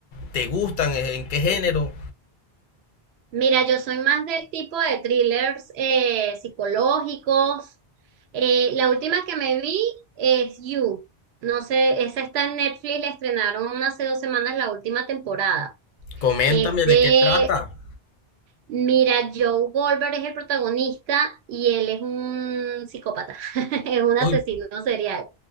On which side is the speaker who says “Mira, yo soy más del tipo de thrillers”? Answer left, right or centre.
Right